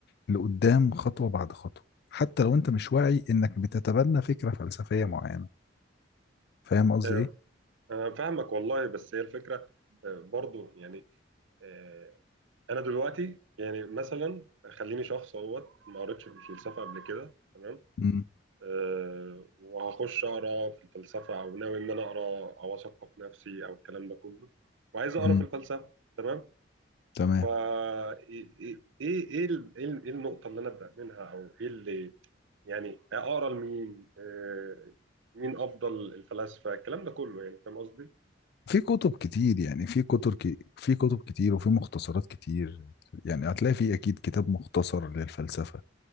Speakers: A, on the left; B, on the right.
A: لقدام خطوة بعد خطوة حتى لو انت مش واعي انك بتتبنى فكرة فلسفية معينة فاهم قصدي
B: آه،
A: ايه
B: أنا فاهمك والله بس هي الفكرة آه، برضو يعني آه، أنا دلوقتي يعني مثلا خليني شخص اهوت ما قريتش في الفلسفة قبل كده تمام
A: مم.
B: آه، وهخش أقرأ في الفلسفة أو ناوي إن أنا أقرأ أو أثقف نفسي أو الكلام ده كله وعايز أقرأ
A: مم.
B: في الفلسفة تمام
A: تمام
B: فا إيه إيه إيه إيه ال- إيه ال- إيه النقطة اللي أنا أبدأ منها أو إيه اللي يعني أقرأ لمين آه، مين أفضل الفلاسفة الكلام ده كله يعني فاهم قصدي؟
A: في كتب كتير يعني في كتب ك... في كتب كتير وفي مختصرات كتير يعني هتلاقي في اكيد كتاب مختصر للفلسفة